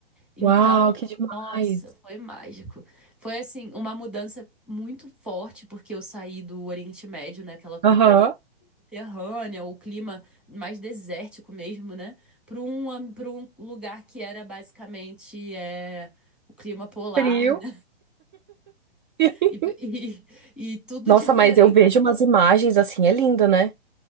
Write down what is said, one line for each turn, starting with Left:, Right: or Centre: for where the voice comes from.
Centre: Então,
Right: Uau, que demais.
Centre: nossa, foi mágico. Foi assim, uma mudança muito forte, porque eu saí do Oriente Médio, né? Aquela cultura
Right: Aham.
Centre: mediterrânea, o clima mais desértico mesmo, né? Para um, am- pra um lugar que era basicamente é, o clima polar,
Right: Frio.
Centre: né? <laughs>
Right: <laughs>
Centre: E, e, e tudo
Right: Nossa,
Centre: diferente.
Right: mas eu vejo umas imagens assim, é linda, né?